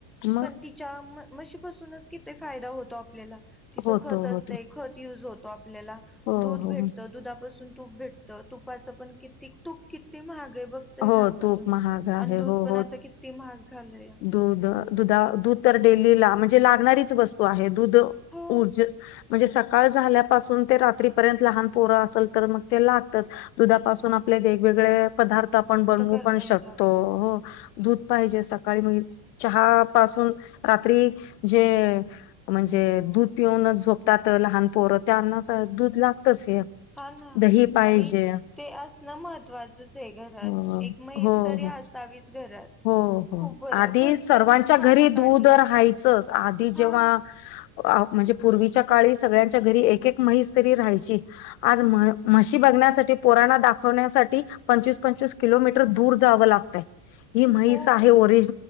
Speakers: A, on the left; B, in the centre.
A: मग
B: पण तिच्या म्हशीपासूनच किती फायदा होतो आपल्याला तिचं
A: होतो
B: खत असतंय
A: होतो
B: खत युज होतो आपल्याला
A: हो
B: दूध
A: हो
B: भेटत दुधापासून तूप भेटत तुपाचं पण किती तूप किती महाग आहे बघतय
A: हो
B: ना आता
A: तूप
B: तुम्ही
A: महाग आहे
B: अन् दूध
A: हो
B: पण
A: हो
B: आता कि ती महाग झालंय
A: दूध दुधा दूध तर डेली ला म्हणजे लागणारीच वस्तू हो आहे दूध
B: हो
A: ऊर्ज म्हणजे सकाळ झाल्यापासून ते रात्रीपर्यंत लहान पोरं असेल तर मग ते लागतच दुधापासून आपले वेगवेगळे पदार्थ आपण बनवू
B: करता
A: पण शकतो
B: येतात
A: हो दूध पाहिजे सकाळी म्ह चहा पासून रात्री जे म्हणजे दूध पिऊनच झोपतात लहान पोरं त्यांना दूध लागतच हे
B: हा ना
A: दही पाहिजे
B: आणि ते असणं महत्त्वाचच आहे घरात
A: हो
B: एक म्हैस
A: हो
B: तरी
A: हो
B: असावीच घरात
A: हो हो
B: खूप बरं
A: आधी
B: घरचं
A: सर्वांच्या
B: दूध खाण्यात
A: घरी दूध
B: आणि
A: राहायचंच आधी जेव्हा
B: हा
A: अ म्हणजे पूर्वीच्या काळी सगळ्यांच्या घरी एक एक म्हैस तरी राहायची आज म म्हशी बघण्यासाठी पोरांना दाखवण्यासाठी पंचवीस पंचवीस किलोमीटर दूर जावं लागतय ही म्हैस
B: हो
A: आहे ओरिज